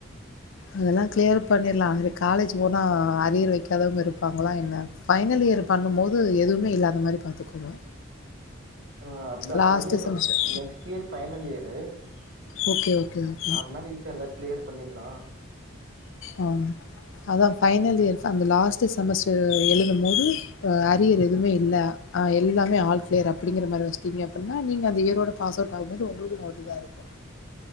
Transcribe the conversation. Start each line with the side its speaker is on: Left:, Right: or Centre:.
Left: அதெலா க்ளியர் பண்ணிருலார அங்க காலேஜ் போனா அரியர் வைக்காதவங்க இருப்பாங்களா என்ன ஃபைனலியர் பண்ணும்போது எதுவுமே இல்லாத மாதிரி பாத்துக்கோங்க
Right: இப்ப அதா
Left: லாஸ்ட்டு
Right: அதுதா இப்ப
Left: semester
Right: next year final year
Left: okay okay okay
Right: அதனால இப்ப எல்லா கிளியர் பண்ணிடலா
Left: ஆ அதா ஃபைனல் இயர் அந்த லாஸ்ட்டு செமஸ்டர் எழுதும் போது அரியர் எதுவுமே இல்லை ஆ எல்லாமே ஆல் கிளியர் அப்படிங்க மாதிரி வச்சிட்டீங்க அப்படின்னா நீங்க அந்த இயரோட பாஸ் அவுட் ஆகும்பது உங்களுக்கு ஒரு இதா இருக்கு